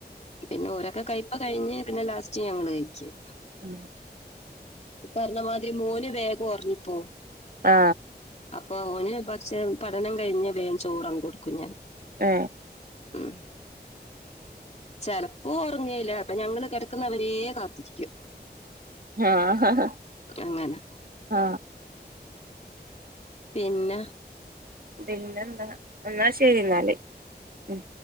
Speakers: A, on the left; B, on the right.
A: പിന്നെ ഓരൊക്കെ കയിപ്പ് കഴിഞ്ഞ് പിന്നെ ലാസ്റ്റ് ഞങ്ങള് കഴിക്കും
B: ഉം
A: ഇ പറഞ്ഞാമാതിരി മോന് വേഗം ഒറങ്ങിപ്പോം
B: ആ
A: അപ്പൊ അവന് പക്ഷെ പഠനം കഴിഞ്ഞ് വേം ചോറങ്ങ് കൊടുക്കും ഞാൻ
B: ആ
A: ഉം ചിലപ്പോ ഒറങ്ങേല അപ്പൊ ഞങ്ങള് കിടക്കുന്നവരേ കാത്തിരിക്കും
B: ആ ഹ ഹ
A: അങ്ങനെ
B: ആ
A: പിന്ന
B: പിന്നെന്താ എന്നാ ശരി എന്നാല് ഉം